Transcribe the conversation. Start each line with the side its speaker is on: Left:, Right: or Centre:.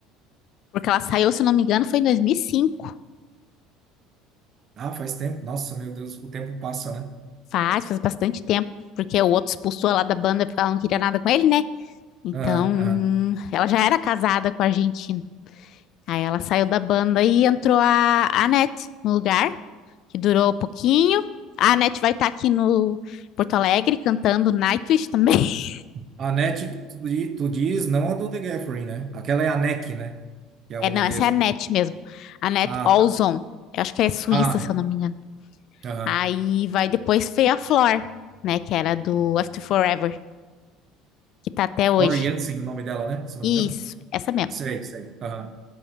Left: Porque ela saiu, se não me engano, foi em 2005.
Right: Ah, faz tempo. Nossa, meu Deus, o tempo passa, né?
Left: Faz, faz bastante tempo. Porque o outro expulsou ela da banda porque ela não queria nada com ele, né? Então,
Right: Aham, aham.
Left: ela já era casada com a Argentina. Aí ela saiu da banda e entrou a Anete no lugar, que durou pouquinho. A Anete vai estar tá aqui no Porto Alegre cantando Nightwish também. <laughs>
Right: A NET, que tu, di- tu diz, não a do The Gathering, né? Aquela é a NEC, né? Que é a
Left: É,
Right: holandesa.
Left: não, essa é a Anete mesmo. Anete
Right: Ah,
Left: Olson.
Right: tá.
Left: Eu acho que é suíça,
Right: Ah,
Left: se
Right: tá.
Left: eu não me engano.
Right: Aham.
Left: Aí vai depois Feia Flor, né? Que era do After Forever, que tá até hoje.
Right: Floriansen, o nome dela, né? Se eu não
Left: Isso,
Right: me engano.
Left: essa mesmo.
Right: Sei, sei. Aham.